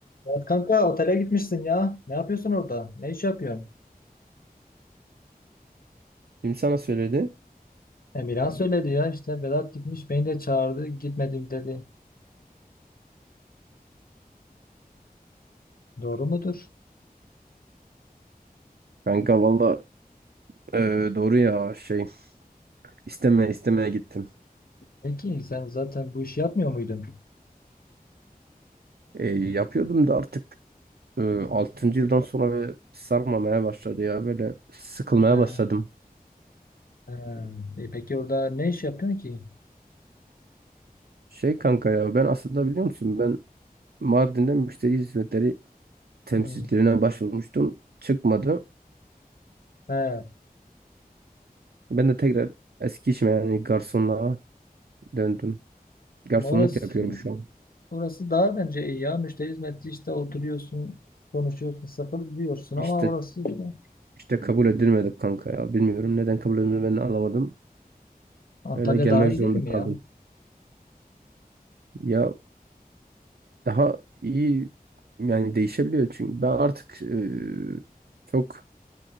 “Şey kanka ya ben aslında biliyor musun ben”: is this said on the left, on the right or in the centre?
Right